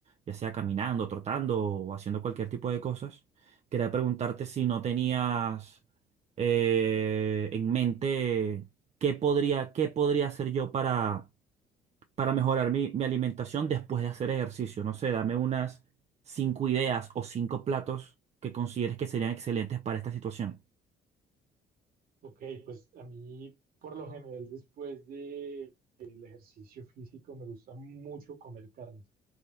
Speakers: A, on the right; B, on the right.
A: ya sea caminando, trotando o haciendo cualquier tipo de cosas, quería preguntarte si no tenías eh, en mente qué podría, qué podría hacer yo para para mejorar mi, mi alimentación después de hacer ejercicio. No sé, dame unas cinco ideas o cinco platos que consideres que serían excelentes para esta situación.
B: Ok, pues a mí por lo general después del ejercicio físico me gusta mucho comer carne.